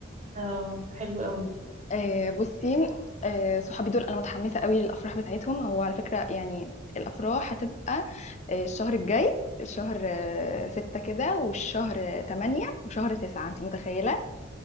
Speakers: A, on the right (about 40°); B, on the left (about 35°).
A: اه حلو قوي
B: آه، بصي آه، صحابي دول انا متحمسه قوي للافراح بتاعتهم هو على فكره يعني الافراح هتبقى آه، الشهر الجاي الشهر آه، ستة كده والشهر آه، تمانية وشهر تسعة انت متخيله